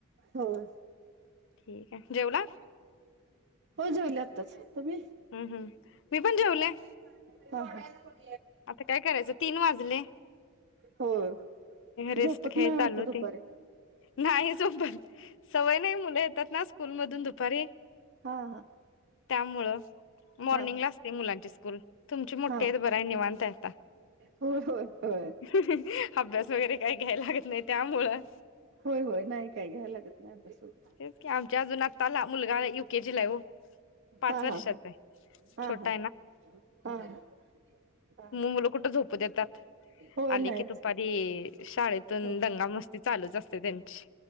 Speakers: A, on the right; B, on the left.
A: होय
B: ठीक आहे, जेवला,
A: हो जेवले आत्ताच, तुम्ही?
B: हम् हम् मी पण जेवले.
A: <unintelligible>
B: आता काय करायचं तीन वाजल,
A: होय
B: रेस्ट
A: झोपत
B: घ्या
A: नाही वाटत
B: चालू होती,
A: दुपारी
B: नाही झोपत. सवय नाही मुलं येतात ना स्कूल मधून दुपारी,
A: हा हा
B: त्यामुळं मॉर्निंगला
A: हा
B: असते मुलांची स्कूल तुमची मोठीे
A: हा
B: आहेत बर आहे निवां <inaudible> अभ्यास
A: होय होय होय
B: वगैरे काही घ्यायला लागत नाही त्यामुळं,
A: होय होय नाही काय घ्यायला लागत नाही अभ्यास वगैरे,
B: तेच की आमच्या अजून आताला मुलगा केजी ला हो पाच
A: हा
B: वर्षाचा
A: हा हा
B: आहे.
A: हा
B: छोटा
A: हा, हा, हा
B: म मुलं कुठं झोपू देतात
A: होय
B: आले
A: नाहीच
B: की दुपारी, शाळेतून
A: होय
B: दंगा मस्ती चालूच असते त्यांची,